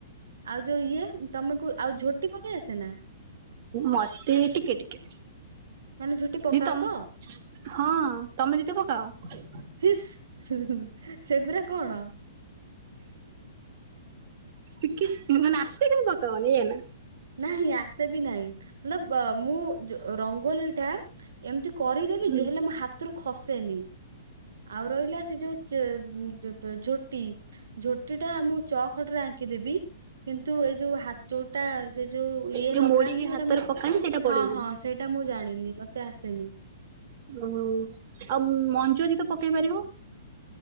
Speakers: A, on the right; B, on the right.
A: ଆଉ ଯୋଉ ଇଏ ତମକୁ ଆଉ ଝୋଟି ପକେଇ ଆସେ ନା।
B: ମତେ ଟିକେ ଟିକେ।
A: ମାନେ ଝୋଟି ପକାଅ
B: ଦିଦି ତମ
A: ତ?
B: ହଁ ତମେ ଦିଦି ପକାଅ।
A: ହିସ୍ ହିଁ ହୁଁ ସେଗୁରା କଣ?
B: ଶିଖି ଆସେ ପକାଓନି ଏଇଏ ନା।
A: ନାହିଁ ଆସେ ବି ନାହିଁ ମଲ ମୁଁ ଯୋ ରଙ୍ଗୋଲି ଟା ଏମିତି କରିଦେବି
B: ହୁଁ
A: ଯେ ହେଲେ ମୋ ହାତରୁ ଖସେନି। ଆଉ ରହିଲା ସେ ଯୋଉ ଝୋଟି ଝୋଟି ଟା ମୁଁ ଚଖଡି ରେ ଆଙ୍କି ଦେବି। କିନ୍ତୁ ଏଇ ଯୋଉ ହାତୋଟା ସେ ଯୋଉ ଇଏ
B: ଯୋଉ
A: ଲଗାନ୍ତି
B: ମୋଡିକି
A: ସେଇଟା
B: ହାତରେ
A: ମୁଁ
B: ପକାନ୍ତି ସେଇଟା ପଡେନି
A: ହଁ ହଁ ସେଇଟା ମୁଁ ଜାଣିନି ମତେ ଆସେନି।
B: ଓ ଆଉ ମଞ୍ଜୁରୀ ତ ପକେଇ ପାରିବ।